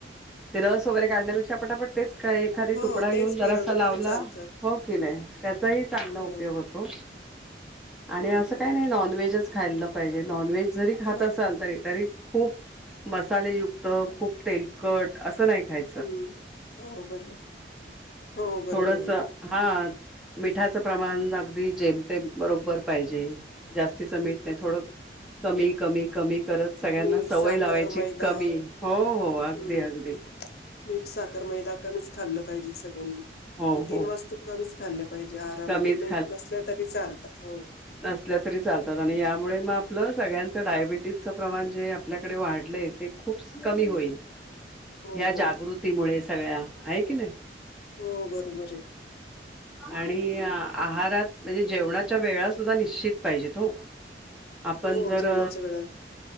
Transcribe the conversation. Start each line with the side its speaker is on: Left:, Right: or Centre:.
Centre: ते रस वगैरे काढण्यापेक्षा पटापट तेच काय एखादी
Left: हो
Centre: तुकडा
Left: तेच
Centre: घेऊन जरासा
Left: फिरवलं
Centre: लावला,
Left: तरी चालतं
Centre: हो की नाही त्यांचाही चांगला
Left: हो
Centre: उपयोग होतो आणि
Left: हो
Centre: असं
Left: बरोबर
Centre: काही नाही नॉनव्हेजच खायलं पाहिजे नॉनव्हेज जरी खात
Left: हो
Centre: असाल तरी, तरी खूप मसालेयुक्त, खूप तेलकट असं नाही खाय
Left: हम्म, हो बरोबर. हो बरोबर
Centre: थोडस.
Left: आहे
Centre: हा मिठाचं प्रमाण अगदी जेमतेम बरोबर पाहिजे. जास्तीच
Left: हम्म
Centre: मीठ नाही थोड कमी
Left: हो
Centre: कमी कमी करत सगळ्यांना
Left: मीठ
Centre: सवय
Left: साखर
Centre: लावायची
Left: मैदा
Centre: कमी हो हो अगदी
Left: हम्म
Centre: अगदी.
Left: मीठ साखर मैदा कमीच खाल्लं पाहिजे सगळ्यांनी
Centre: हो
Left: हे
Centre: हो
Left: तीन वास्तू कमीच खाल्ले पाहिजे आज.
Centre: कमीच
Left: नसल्या तरी चालत.
Centre: नसल्या तरी चालतात आणि यामुळे मग आपलं सगळ्यांचं डायबिटीस. प्रमाण जे आपल्याकडे वाढलंय ते खूप कमी होईल.
Left: हो
Centre: ह्या
Left: हो
Centre: जागृतीमुळे सगळ्या आहे की नाही.
Left: हो बरोबर आहे.
Centre: आणि आहारात म्हणजे जेवणाच्या वेळा सुद्धा निश्चित पाहिजेत हो. आपण
Left: हो
Centre: जर.
Left: जेवणाच्या वेळा